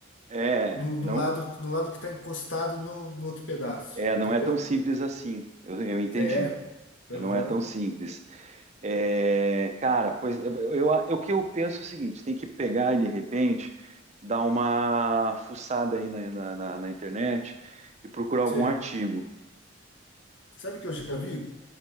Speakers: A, on the right; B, on the left.
A: É,
B: no,
A: não
B: no lado, no lado que está encostado no, no outro pedaço,
A: é,
B: entendeu?
A: não é tão simples assim. Eu, eu entendi.
B: É, aham,
A: Eu Não é tão simples. É, cara, pois eu, eu, eu- o que eu penso é o seguinte: tem que pegar e de repente dar uma fuçada aí na, na, na- na internet e procurar algum
B: sei.
A: artigo.
B: Sabe o que eu já vi?